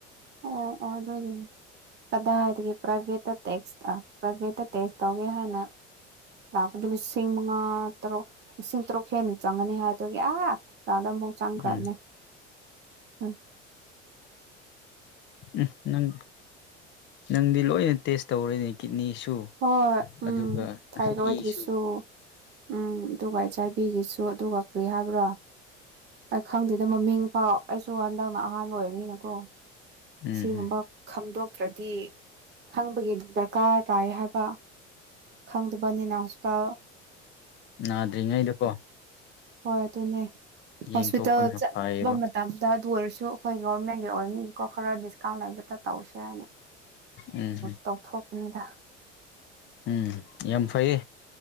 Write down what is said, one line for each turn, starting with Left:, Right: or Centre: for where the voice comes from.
Right: ꯑꯣ ꯑꯣ ꯑꯗꯨꯒꯤꯅꯤ ꯀꯗꯥꯏ ꯍꯥꯏꯒ ꯄ꯭ꯔꯥꯏꯚꯦꯠꯇ ꯇꯦꯛꯁ ꯄ꯭ꯔꯥꯏꯚꯦꯠꯇ ꯇꯦꯛꯁ ꯇꯧꯒꯦ ꯍꯥꯏꯅ ꯂꯥꯛꯄꯗ ꯂꯤꯁꯤꯡ ꯃꯉꯥ ꯇꯔꯨꯛ ꯂꯤꯁꯤꯡ ꯇꯔꯨꯛ ꯍꯦꯟꯅ ꯆꯪꯒꯅꯤ ꯍꯥꯏ ꯑꯗꯨꯒꯤ ꯑꯥ ꯆꯥꯗ ꯑꯃꯨꯛ ꯆꯪꯈ꯭ꯔꯕꯅꯦ
Left: ꯎꯝ
Right: ꯎꯝ
Left: ꯎꯝ ꯅꯪ ꯅꯪꯗꯤ ꯂꯣꯏꯅ ꯇꯦꯁ ꯇꯧꯔꯣꯏꯅꯦ ꯀꯤꯠꯅꯤꯁꯨ
Right: ꯍꯣꯏ
Left: ꯑꯗꯨꯒ
Right: ꯎꯝ ꯊꯥꯏꯔꯣꯏꯗꯀꯤꯁꯨ
Left: ꯏꯁꯨ
Right: ꯎꯝ ꯑꯗꯨꯒ ꯑꯩꯠꯆ ꯑꯥꯏ ꯕꯤꯒꯤꯁꯨ ꯑꯗꯨꯒ ꯀꯔꯤ ꯍꯥꯏꯕ꯭ꯔꯣ ꯑꯩ ꯈꯪꯗꯦꯗ ꯃꯃꯤꯡ ꯐꯥꯎ ꯑꯩꯁꯨ ꯍꯟꯗꯛꯅ ꯑꯍꯥꯟꯕ ꯑꯣꯏꯕꯅꯤꯅꯀꯣ
Left: ꯎꯝ
Right: ꯁꯤꯒꯨꯝꯕ
Left: ꯎꯝ
Right: ꯈꯪꯗꯣꯛꯇ꯭ꯔꯗꯤ ꯈꯪꯕꯒꯤ ꯗꯔꯀꯥꯔ ꯇꯥꯏ ꯍꯥꯏꯕ ꯈꯪꯗꯕꯅꯤꯅ ꯍꯁꯄꯤꯇꯥ
Left: ꯉꯗ꯭ꯔꯤꯉꯩꯗꯨꯀꯣ
Right: ꯍꯣꯏ ꯑꯗꯨꯅꯦ
Left: ꯌꯦꯡꯊꯣꯛꯄꯅ
Right: ꯍꯣꯁꯄꯤꯇꯥꯜ ꯆ
Left: ꯐꯩꯌꯦꯕ
Right: ꯃꯇꯝ ꯃꯇꯝ ꯑꯗꯨ ꯑꯣꯏꯔ ꯁꯨ ꯑꯩꯈꯣꯏ ꯒꯣꯔꯃꯦꯟꯒꯤ ꯑꯣꯏꯕꯅꯤꯀꯣ ꯈꯔ ꯗꯤꯁꯀꯥꯎꯟ ꯂꯩꯕꯇ ꯇꯧꯁꯦ ꯍꯥꯏꯅ
Left: ꯎꯝ
Right: ꯇꯧꯊꯣꯛꯄꯅꯤꯗ
Left: ꯎꯝ ꯌꯥꯝ ꯐꯩꯌꯦ